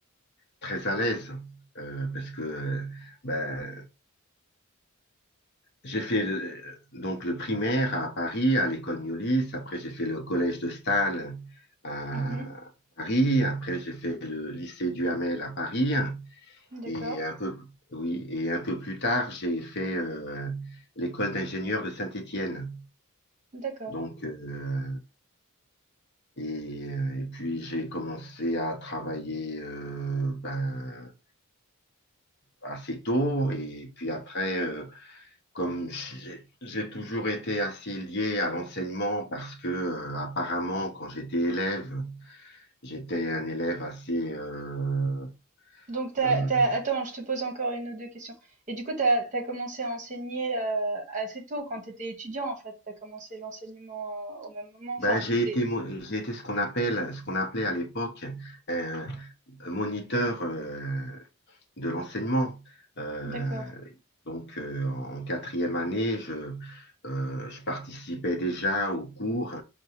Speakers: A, on the left; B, on the right.
A: très à l'aise. Euh, parce que bah, j'ai fait le- donc le primaire à Paris, à l'école Miolis. Après, j'ai fait le collège de Stahl à
B: mhm,
A: Paris. Après, j'ai fait le lycée Duhamel à Paris.
B: d'accord.
A: Et un peu, oui, et un peu plus tard, j'ai fait euh, l'école d'ingénieur de Saint-Étienne.
B: D'accord.
A: Donc, euh, et, euh, et puis j'ai commencé à travailler euh, ben, assez tôt. Et puis après, euh, comme j'ai j'ai toujours été assez lié à l'enseignement parce que euh, apparemment, quand j'étais élève, j'étais un élève assez euh,
B: Donc, t'as,
A: euh,
B: t'as... Attends, je te pose encore une ou deux questions. Et du coup, t'as, t'as commencé à enseigner euh, assez tôt, quand t'étais étudiant, en fait. T'as commencé l'enseignement euh, au même moment. Enfin,
A: ben,
B: c'était...
A: j'ai été, mo- j'ai été ce qu'on appelle, ce qu'on appelait à l'époque un, moniteur euh, de l'enseignement. Euh,
B: D'accord.
A: donc, euh, en quatrième année, je, euh, je participais déjà aux cours